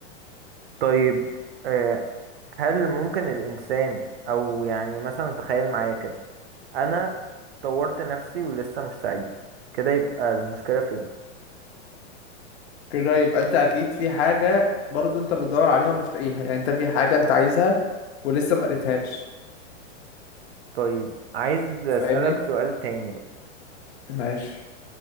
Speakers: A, on the right; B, on the left.
A: طيب آه هل ممكن الانسان او يعني مثلا تخيل معايا كده انا طورت نفسي ولسه مش سعيد كده يبقى المشكلة فين
B: كده يبقى انت اكيد في حاجة برضو انت بتدور عليها ومش لاقيها يعني انت في حاجة انت عايزها ولسه ما لقيتهاش
A: طيب عايز اسألك
B: فاهمني
A: سؤال تاني بقى
B: ماشي